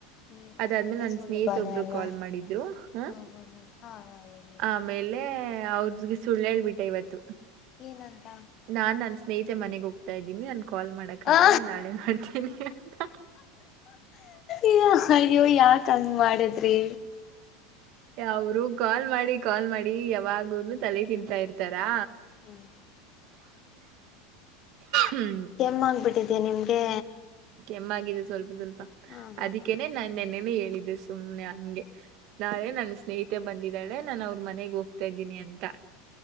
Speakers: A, on the left (about 40°); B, on the right (about 55°).
A: ಈ
B: ಅದಾದ್ಮೇಲೆ
A: ಅದೆಲ್ಲ
B: ನನ್ನ
A: ಸುಲಭಾನೇ
B: ಸ್ನೇಹಿತ ಒಬ್ರು
A: ಅಲ್ವಾ
B: ಕಾಲ್ ಮಾಡಿದ್ರು ಹ
A: ಹಾ ಹಾ ಹಾ ಹಾ ಹೇಳಿ ಹೇಳಿ
B: ಆಮೇಲೆ ಲ್ಲೇ ಅವ್ರಗೆ ಸುಳ್ಳ ಹೇಳ್ಬಿಟ್ಟ ಇವತ್ತು
A: ನಂತ
B: ನಾನ್ ನನ್ ಸ್ನೇಿತೆ ಮನೆಗ್ ಹೋಗ್ತಾ ಇದ್ದೀನಿ ನನ್ ಕಾಲ್ ಮಾಡಕ ಆಗಲ್ಲ
A: ಆ
B: ನಾಳೆ ಮಾಡ್ತೀನಿ ಅಂತ
A: ಈ ಅಯ್ಯೋ ಯಾಕ ಹಂಗ ಮಾಡಿದ್ರಿ
B: ಅವರು ಕಾಲ್ ಮಾಡಿ ಕಾಲ್ ಮಾಡಿ ಯಾವಾಗನು ತಲೆ ತಿನ್ಂತಾ ಇರ್ತಾರಾ
A: ಹ್ಮ್
B: ಹ್ಮ್
A: ಕೆಮ್ಮಗ್ಬಿಟ್ಟಿದ್ಯಾ ನಿಮ್ಗೆ
B: ನಮ್ಮಾಗಿದೆ ಸ್ವಲ್ಪ ಸ್ವಲ್ಪ
A: ಹಾ ಹಾ
B: ಅದಕ್ಕೇನೆ
A: ಹಾ
B: ನಾನು ನೆನ್ನೆ ಹೇಳಿದ್ದೆ ಸುಮ್ನೆ ನನ್ಗೆ ನಾಳೆ ನನ್ ಸ್ನೇಹಿತೆ ಬಂದಿದ್ದಾಳೆ ನಾನು ಅವ್ರ ಮನೆಗ್ ಹೋಗ್ತಾ ಇದ್ದೀನಿ ಅಂತ